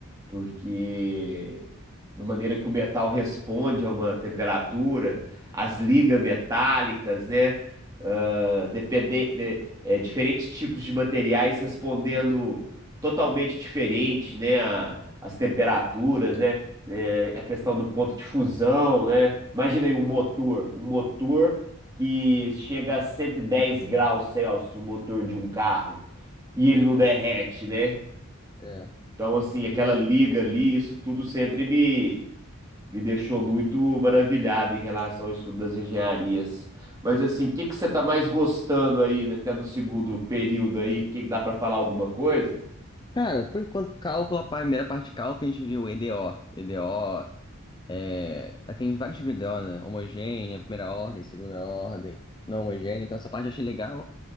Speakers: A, on the right (about 15°); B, on the left (about 20°).
A: porque da maneira que o metal responde a uma temperatura, as ligas metálicas, né? Ah, depende, de- eh, diferentes tipos de materiais respondendo totalmente diferente, né? a- as temperaturas, né? é, a questão do ponto de fusão, né? Imagina aí um motor, um motor que chega a 110 graus Celsius, o motor de um carro, e ele não derrete, né?
B: É, é,
A: Então, assim, aquela
B: bem.
A: liga ali, isso tudo sempre me, me deixou muito maravilhado em relação ao estudo das engenharias. Mas, assim, o que que você tá mais gostando aí, né, até no segundo período aí? Que dá para falar alguma coisa?
B: Cara, por enquanto, cálculo, a primeira parte de cálculo, a gente viu EDO. EDO, é... aí tem vários tipos de EDO, né? Homogênea, primeira ordem, segunda ordem, não homogênea. Então, essa parte eu achei legal.